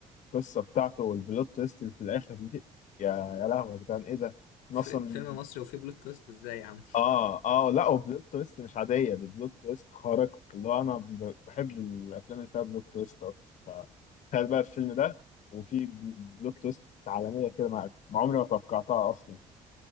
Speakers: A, on the left; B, on the left.
A: القصة بتاعته والبلوت تويست اللي في الآخر دي يا يا لهوي يا جدعان إيه ده؟ أنا
B: في
A: أصلا
B: فيلم مصري وفيه بلوت تويست إزاي يا عم؟
A: آه آه لا وبلوت تويست مش عادية دي بلوت تويست خارقة اللي هو أنا ب- بحب الأفلام اللي فيها بلوت تويست أصلا ف- تخيل بقى الفيلم ده وفي بلوت تويست عالمية كده مع مع عمري ما توقعتها أصلا